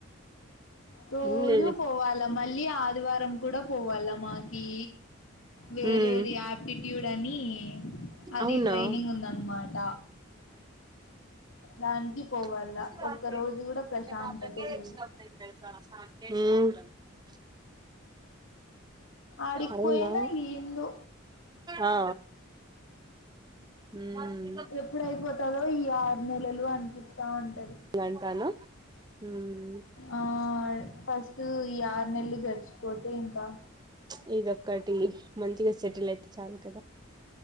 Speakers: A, on the left; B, on the right.
A: రోజూ
B: ఏం లేదులే
A: పోవాలా మళ్ళీ ఆదివారం కూడా పోవాలా మాకి వేరేది
B: ఉమ్
A: ఆప్టిట్యూడ్ అని అది
B: అవునా
A: ట్రైనింగ్ ఉందనమాట దానికి
B: ఉం
A: పోవాల ఒక్క రోజు కూడా ప్రశాంతతే లేదు ఆడికి
B: అవునా
A: పోయినా ఏందో
B: ఆ ఉమ్
A: ఎప్పుడు అయిపోతదో ఈ ఆరు నెలలు అనిపిస్తా ఉంటా
B: అంటానా ఉం
A: ఆ ఫస్ట్ ఈ ఆరు నెలలు గడిచిపోతే ఇంకా
B: చ్ ఇదొక్కటి మంచిగా సెటిల్ అయితే చాలు కదా